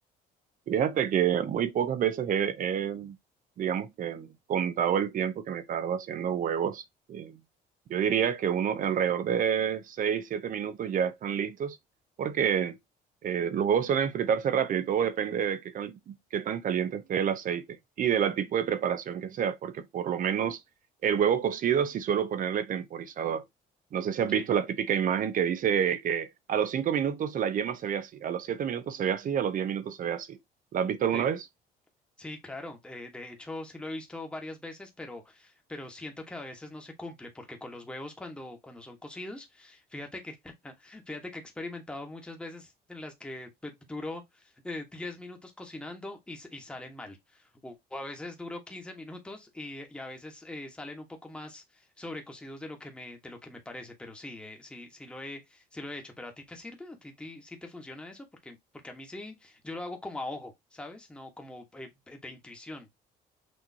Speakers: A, on the right; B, in the centre.
A: Fíjate que muy pocas veces he, he, digamos que, contado el tiempo que me tardo haciendo huevos. Eh, yo diría que uno alrededor de 6 7 minutos ya están listos, porque eh, los huevos suelen fritarse rápido y todo depende de qué, cal- qué tan caliente esté el aceite y del tipo de preparación que sea, porque por lo menos el huevo cocido sí suelo ponerle temporizador. No sé si has
B: Sí,
A: visto la típica imagen que dice que a los 5 minutos la yema se ve así, a los 7 minutos se ve así, a los 10 minutos se ve así. ¿La has visto alguna
B: sí.
A: vez?
B: Sí, claro. De, de hecho, sí lo he visto varias veces, pero, pero siento que a veces no se cumple, porque con los huevos cuando, cuando son cocidos, fíjate que, <laughs> fíjate que he experimentado muchas veces en las que pues, duro eh, 10 minutos cocinando y, s- y salen mal. O, o a veces duro 15 minutos y, y a veces eh, salen un poco más sobrecocidos de lo que me, de lo que me parece. Pero sí, eh, sí, sí lo he, sí lo he hecho. ¿Pero a ti te sirve? ¿A ti, ti- sí te funciona eso? Porque, porque a mí sí. Yo lo hago como a ojo, ¿sabes? No como eh, de intuición.